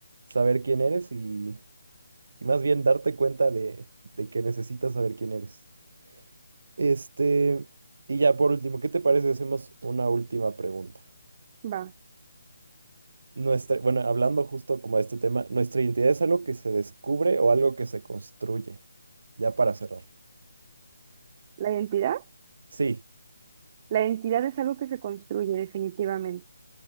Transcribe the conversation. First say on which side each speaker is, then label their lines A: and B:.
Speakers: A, on the right; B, on the right.
A: saber quién eres y, y más bien darte cuenta de, de que necesitas saber quién eres. Este, y ya por último, ¿qué te parece si hacemos una última pregunta?
B: Va,
A: Nuestra, bueno, hablando justo como de este tema, ¿nuestra identidad es algo que se descubre o algo que se construye? Ya para cerrar.
B: la identidad,
A: Sí,
B: la identidad es algo que se construye definitivamente.